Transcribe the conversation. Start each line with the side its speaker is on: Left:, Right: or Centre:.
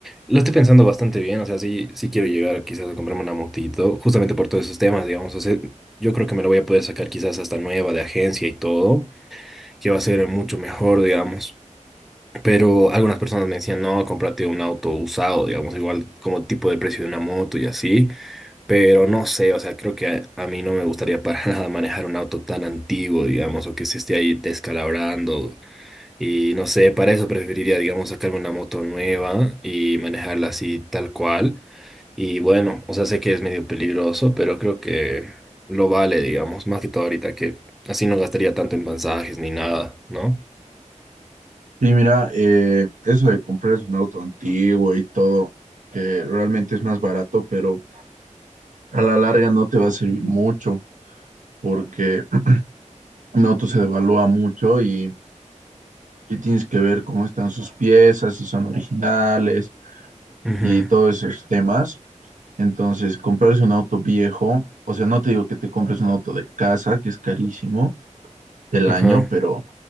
Centre: lo estoy pensando bastante bien, o sea, sí, sí quiero llegar quizás a comprarme una motito, justamente por todos esos temas, digamos, o sea, yo creo que me la voy a poder sacar quizás hasta nueva de agencia y todo, que va a ser mucho mejor, digamos, pero algunas personas me decían, no, cómprate un auto usado, digamos, igual como tipo de precio de una moto y así, pero no sé, o sea, creo que a, a mí no me gustaría para <laughs> nada manejar un auto tan antiguo, digamos, o que se esté ahí descalabrando. Y no sé, para eso preferiría, digamos, sacarme una moto nueva y manejarla así tal cual. Y bueno, o sea, sé que es medio peligroso, pero creo que lo vale, digamos, más que todo ahorita, que así no gastaría tanto en pasajes ni nada, ¿no?
Right: Sí, mira, eh, eso de comprarse un auto antiguo y todo, que realmente es más barato, pero a la larga no te va a servir mucho porque un auto se devalúa mucho y y tienes que ver cómo están sus piezas, si son originales
Centre: Ujú,
Right: y todos esos temas. Entonces, comprarse un auto viejo, o sea, no te digo que te compres un auto de casa, que es carísimo del
Centre: ajá,
Right: año, pero